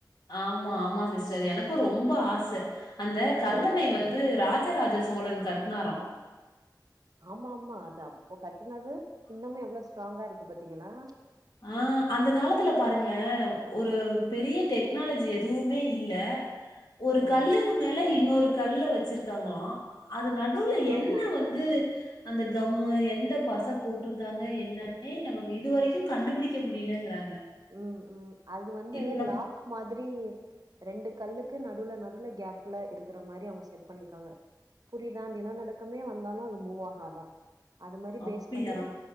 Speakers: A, on the left; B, on the right.
A: ஆமா ஆமா சிஸ்டர் எனக்கும் ரொம்ப ஆசை அந்த கல்லனை
B: ம்
A: வந்து ராஜ ராஜராஜ சோழன் கட்டினாரம்
B: ஆமா ஆமா அது அப்போ கட்டினது இன்னமே எவ்வளவு ஸ்ட்ராங்கா இருக்கு பத்தி ங்களா
A: ஆஹ் அந்த காலத்துல பாருங்களேன் ஒரு பெரிய டெக்னாலஜி எதுவுமே இல்ல ஒரு
B: ஆ
A: கல்லுக்கு மேல இன்னொரு கல் வச்சிருக்காங்களாம் அது அது நடுவுல என்ன
B: ஆமா
A: வந்து அந்த கம் எந்த பச போட்டிருக்காங்க என்னன்னே நமக்கு இதுவரைக்கும் கண்டுபிடிக்க முடியலங்கிறாங்க
B: உம் உம் அது வந்து
A: இப்ப நம்
B: லாக் மாதிரி ரெண்டு கல்லுக்கு நடுல நடுல கேப்ல இருக்கிற மாதிரி அவங்க செட் பண்ணிருக்காங்க புரிதா நிலநடுக்கமே வந்தாலும் அது மூவ் ஆகாதா அது மாதிரி
A: அப்டியா?
B: பேஸ் பண்ணி